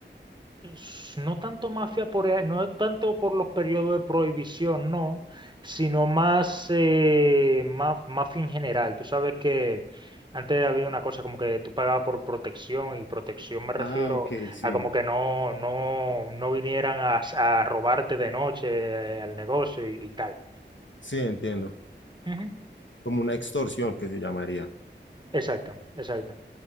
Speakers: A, on the right (about 25°); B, on the left (about 80°).
A: s- No tanto mafia por, e- no tanto por los periodos de prohibición, no, sino más eh, ma- mafia en general. Tú sabes que antes había una cosa como que tú pagabas por protección y protección me refiero
B: Ah, ok, sí.
A: a como que no, no, no vinieran a, s- a robarte de noche eh, al negocio y, y tal.
B: sí, entiendo.
A: Ujú.
B: Como una extorsión que se llamaría.
A: Exacto, exacto.